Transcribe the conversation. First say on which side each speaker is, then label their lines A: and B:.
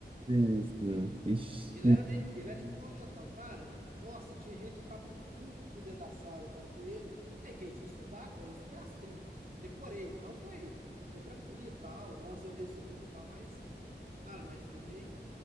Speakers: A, on the right; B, on the right.
A: Sim, sim. Ixi,
B: Ele era meio. Ele era ignorantão, cara. Nossa, tinha gente que ficava puto dentro da sala, cara, com ele. Aí quem tinha estudado, igual eu estudei às 30. Decorei, então foi, foi tranquilo tal. onze eu resumi e tal, mas, cara, mas foi meio,